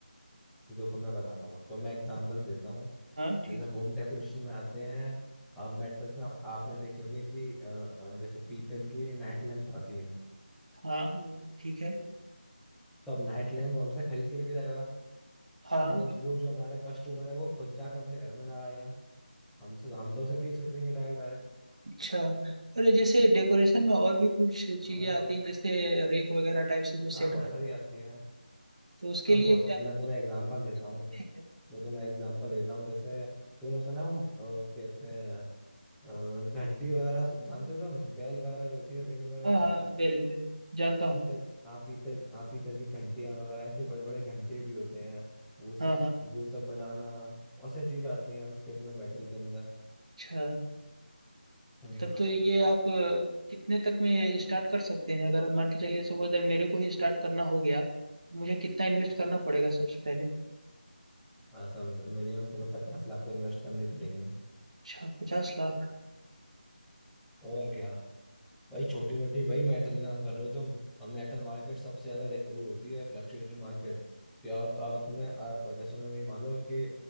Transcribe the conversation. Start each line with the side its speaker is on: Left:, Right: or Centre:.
Centre: देखो मैं बताता हूँ आपको मैं एग्जांपल्स देता हूँ
Right: हाँ ठीक
Centre: जैसे होम डेकोरेशन में आते हैं मेटल्स में आप आपने देखे होंगे कि अ, अ, जैसे पीतल की नाइट लैंप आती हैं
Right: हाँ वो ठीक है
Centre: तो अब नाइट लैंप वो हमसे खरीद के लेके जाएगा
Right: हाँ
Centre: अब वो वो जो हमारा कस्टमर है वो खुद जाके अपने घर में लगाएगा हमसे हम तो उसे बेच देंगे डायरेक्ट डायरेक्ट
Right: अच्छा अरे जैसे डेकोरेशन में और भी कुछ चीजें
Centre: समझ गए
Right: आती हैं जैसे रेक वगैरह टाइप से जो
Centre: हाँ
Right: सेट
Centre: बहुत
Right: कर
Centre: सारी आती है
Right: तो उसके
Centre: हाँ
Right: लिए
Centre: बहुत
Right: क्या
Centre: सारी
Right: आप
Centre: मैं तुम्हें एग्जाम्पल देता हूँ
Right: देते हैं क्या हाँ।
Centre: मैं तुम्हें एग्जाम्पल देता हूँ जैसे तुमने सुना है वो अ, कहते हैं अ, घंटी वगैरह जानते हो तुम बेल वगैरह जो होती है रिंग वगैरह
Right: हाँ हाँ बेल बेल जानता हूँ
Centre: पीतल हाँ पीतल हाँ पीतल की घंटियां वगैरह ऐसे बड़े बड़े घंटे भी होते हैं वो सब
Right: हाँ हाँ
Centre: वो सब बनाना और सारी चीज आती हैं उसके अंदर मेटल के अंदर
Right: अच्छा
Centre: हम्म
Right: तब तो ये आप अ, कितने तक में स्टार्ट कर सकते हैं अगर मान के चलिए सपोज दैट मेरे को ही स्टार्ट करना हो गया तो मुझे कितना इन्वेस्ट करना पड़ेगा सबसे पहले
Centre: हाँ समझ मिनिमम तुम्हें पचास लाख तो इन्वेस्ट करने पड़ेंगे
Right: अच्छा पचास लाख
Centre: और क्या भाई छोटी मोटी भाई मेटल का काम कर रहे हो तुम और मेटल मार्केट सबसे ज्यादा रे- वो होती है फ्लक्चुएटेड मार्केट कि और तो और तुमने
Right: अ,
Centre: अ, जैसे मैंने ये मान लो कि